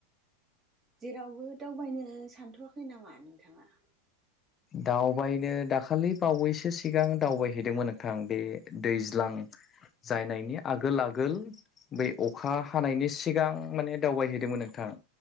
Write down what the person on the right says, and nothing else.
जेरावबो दावबायनो सानथ'वाखै नामा नोंथाङा?